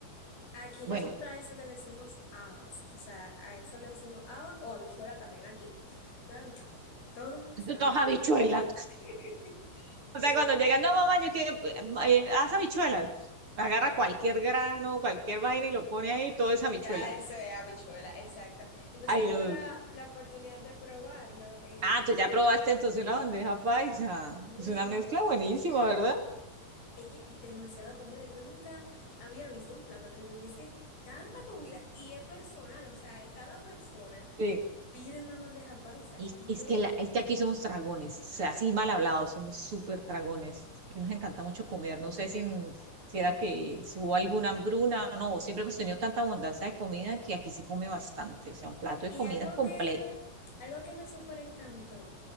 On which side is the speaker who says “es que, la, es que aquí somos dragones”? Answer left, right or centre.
Right